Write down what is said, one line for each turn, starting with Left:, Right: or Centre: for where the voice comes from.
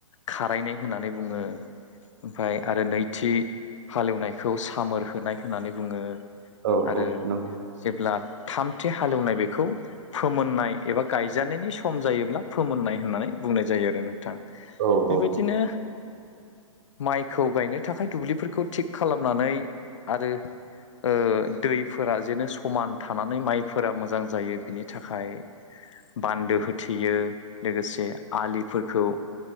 Left: खारायनाय होननानै बुङो। ओमफाय आरो नैथि हालेवनायखौ सामोर होनाय होननानै बुङो।
Right: औ
Left: आरो
Right: औ औ नंगौ
Left: जेब्ला थामथि हालेवनाय बेखौ फोमोननाय। एबा गायजानायनि सम जायोब्ला फोमोननाय होननानै बुंनाय जायो आरो। नोंथां
Right: औ
Left: बेबायदिनो
Right: औ।
Left: माइखौ गायनो थाखाय दुब्लिफोरखौ थिग खालामनानै आरो। ओ दैफोरा जेनो समान थानानै माइफोरा मोजां जायो बिनि थाखाय। बान्दो होथेयो लोगोसे आलिफोरखौ।